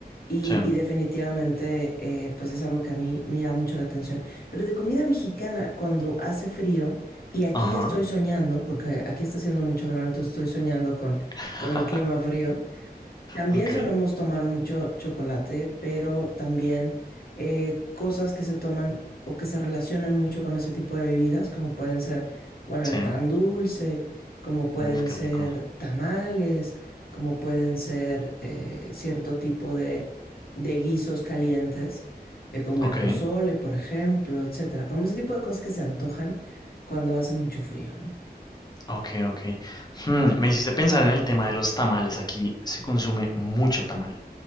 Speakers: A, on the left; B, on the left.
A: Y,
B: chen,
A: y definitivamente, eh, pues es algo que a mí me llama mucho la atención. Pero de comida mexicana, cuando hace frío, y aquí
B: ajá.
A: ya estoy soñando, porque aquí está haciendo mucho calor, entonces estoy soñando con,
B: <laughs>
A: con el clima frío. También
B: Ok,
A: solemos tomar mucho chocolate, pero también eh, cosas que se toman o que se relacionan mucho con ese tipo de bebidas, como pueden ser, bueno,
B: chen.
A: el pan dulce, como pueden
B: Uf, qué
A: ser
B: rico.
A: tamales, como pueden ser eh, cierto tipo de, de guisos calientes, eh, como
B: Ok,
A: el pozole, por ejemplo, etcétera. Como ese tipo de cosas que se antojan cuando hace mucho frío, ¿no?
B: Ok, ok. Hmm, me hiciste pensar en el tema de los tamales. Aquí se consume mucho tamal.